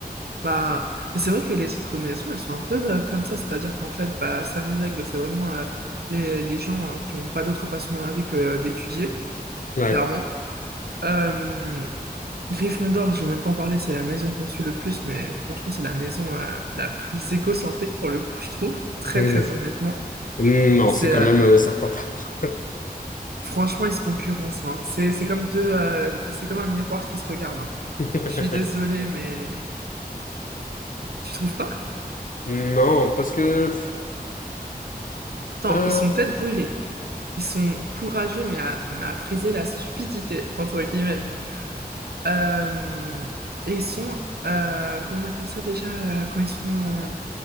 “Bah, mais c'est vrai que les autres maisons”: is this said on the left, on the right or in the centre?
Right